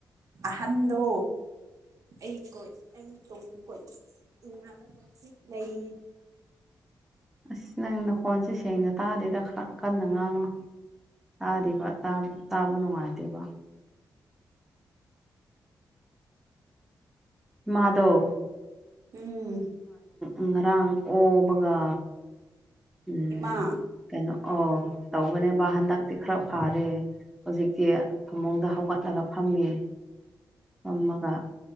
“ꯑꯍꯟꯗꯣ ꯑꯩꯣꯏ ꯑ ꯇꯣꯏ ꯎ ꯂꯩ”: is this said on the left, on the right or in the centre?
Right